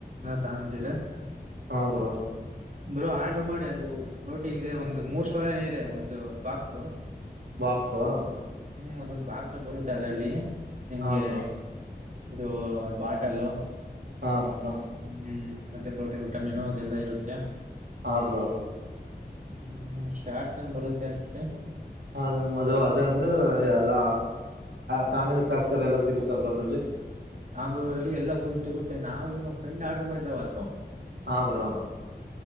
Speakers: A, on the right; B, on the right.
A: ತಂತೀರ
B: ಹಾ ಬ್ರೋ
A: ಬ್ರ ಆರ್ಡ್ರ ಮಾಡಿ ಅದು ಪ್ರೋಟೀನ್ ಇದೆ ಒಂದು ಮೂರ್ ಸಾವಿರ ಏನ ಇದೆ ಒಂದು ಬಾಕ್ಸ್
B: ಬಾಕ್ಸ್ವಾ
A: ಹ್ಮ್ ಅದೊಂದ್ ಬಾಗಸಲ್ ಬರುತ್ತೆ ಅದರಲ್ಲಿ ನಿಮ್ಗೆ
B: ಹಾ ಬ್ರೋ
A: ಇದು ಬಾಟಲ್ಲು
B: ಹಾ ಹಾ
A: ಹ್ಮ್ ಮತ್ತೆ ಪ್ರೋಟೀನ್ ವಿಟಮಿನ್ ಅದೆಲ್ಲ ಇರುತ್ತೆ
B: ಹಾಬ್ರೋ
A: ಹ್ಮ್ ಶಾರ್ಸನ ಬರುತ್ತೆ ಅನ್ಸುತ್ತೆ
B: ಅದ ಅದ ಅದ ಅಂದ್ರೆ ಎಲ್ಲಾ ಫ್ಯಾಮಿಲಿ ಚಾಕ್ತಾರೆ ಎಲ್ಲಾ ಸಿಗುತ್ತ ಬ್ರ ಅತಲ್ಲಿ
A: ನಮೋದ್ರಲ್ಲಿ ಎಲ್ಲ ಫುಲ್ ಸಿಗುತ್ತೆ ನಾವು ನಾವ್ ಫ್ರೆಂಡ್ ಆರ್ಡರ್ ಮಾಡಿದಾವತ್ತು
B: ಹಾ ಬ್ರೋ